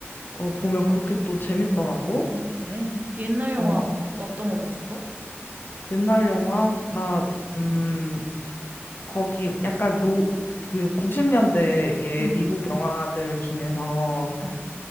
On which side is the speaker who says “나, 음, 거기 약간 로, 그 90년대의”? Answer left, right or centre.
Left